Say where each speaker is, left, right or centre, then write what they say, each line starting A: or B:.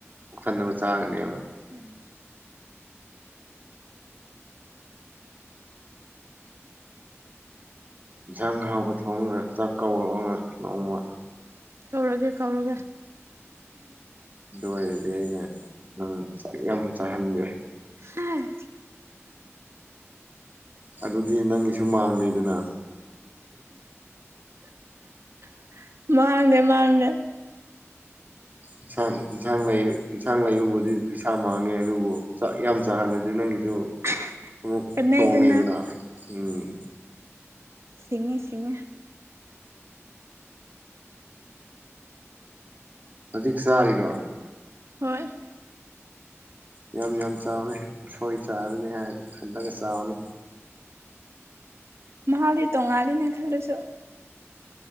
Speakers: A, on the right; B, on the right.
A: ꯄꯨꯛꯊꯟꯅꯅꯕ ꯆꯥꯒꯅꯦꯕ
B: ꯎꯝ
A: ꯏꯟꯁꯥꯡ ꯍꯥꯎꯕ ꯊꯣꯡꯑꯒ ꯆꯥꯛ ꯀꯧꯔꯛꯑꯒ ꯅꯣꯡꯃ
B: ꯀꯧꯔꯒꯦ ꯀꯧꯔꯒꯦ
A: ꯑꯗꯨ ꯑꯣꯏꯔꯗꯤ ꯑꯩꯅ ꯅꯪ ꯆꯥꯛ ꯌꯥꯝ ꯆꯥꯍꯟꯒꯦ
B: <unintelligible>
A: ꯑꯗꯨꯗꯤ ꯅꯪꯒꯤꯁꯨ ꯃꯥꯡꯗꯦꯗꯅ
B: <unintelligible> ꯃꯥꯡꯗꯦ ꯃꯥꯡꯗꯦ
A: ꯏꯟꯁꯥꯡ ꯏꯟꯁꯥꯡ ꯂꯩ ꯏꯟꯁꯥꯡ ꯂꯩꯕꯕꯨꯗꯤ ꯔꯤꯁꯥ ꯃꯥꯡꯉꯦ ꯑꯗꯨꯕꯨ ꯆꯥꯛ ꯌꯥꯝ ꯆꯥꯍꯜꯂꯗꯤ ꯅꯪꯒꯤꯁꯨ
B: <unintelligible>
A: ꯑꯃꯨꯛ
B: ꯀꯅꯩꯗꯅ
A: ꯇꯣꯡꯉꯦꯗꯅ ꯎꯝ
B: ꯁꯤꯡꯉꯦ ꯁꯤꯡꯉꯦ
A: ꯍꯧꯖꯤꯛ ꯆꯥꯔꯤꯔꯣ
B: ꯍꯣꯏ
A: ꯌꯥꯝ ꯌꯥꯝ ꯆꯥꯎꯅꯦ ꯎꯁꯣꯏ ꯆꯥꯔꯅꯤ ꯍꯥꯏ ꯈꯜꯂꯒ ꯆꯥꯎꯅꯦ
B: ꯃꯍꯥꯎꯗꯤ ꯇꯣꯡꯉꯥꯜꯂꯤꯅꯦ ꯈꯜꯂꯁꯨ